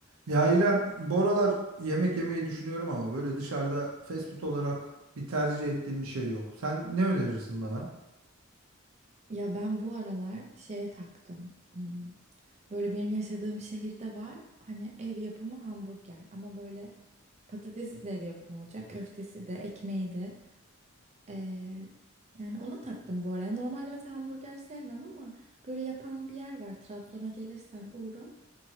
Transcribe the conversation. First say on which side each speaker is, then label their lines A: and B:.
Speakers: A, on the right (about 80°); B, on the right (about 30°).
A: Ya İrem, bu aralar yemek yemeyi düşünüyorum ama böyle dışarıda fast food olarak bir tercih ettiğim bir şey yok. Sen ne önerirsin bana?
B: Ya ben bu aralar şeye taktım. Hmm, Böyle benim yaşadığım şehirde var. Hani ev yapımı hamburger ama böyle patatesi de ev yapımı olacak. Köftesi de, ekmeği de. Ee, yani ona taktım bu araya. Normalde mesela hamburger sevmem ama böyle yapan bir yer var. Trabzon'a gelirsen uğra.